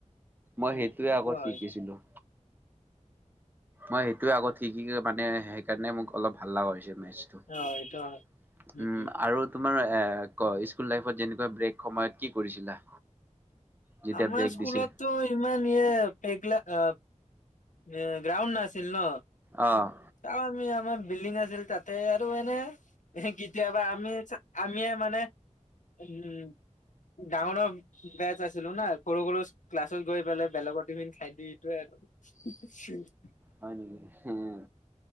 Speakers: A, on the right; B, on the left.
A: মই
B: উম
A: সেইটোৱে
B: সেইটো
A: আগত
B: হয়
A: শিকিছিলোঁ। মই সেইটোৱে আগত শিকি-মানে সেইকাৰণে মোক অলপ ভাল লগা হৈছিল মেথচ। উম,
B: অ এইটো হয় উম উম
A: আৰু তোমাৰ এ ক-স্কুল লাইফত যেনেকুৱা ব্ৰেক সময়ত কি কৰিছিলা? যেতিয়া
B: আমাৰ
A: ব্ৰেক
B: স্কুলততো
A: দিছিল
B: ইমান ইয়ে <unintelligible> গ্ৰাউণ্ড নাছিল ন।
A: অ'।
B: তেও আমি আমাৰ বিল্ডিং আছিল, তাতে আৰু এনে কেতিয়াবা আমি-আমিয়ে মানে উম, ডাঙৰ ডাঙৰ বেচ আছে। ছিলো না সৰু সৰু ক্লাছত গৈ পেলাই বেলেগৰ টিফিন খাই দি থৈ আহো।
A: হয় নেকি, উম,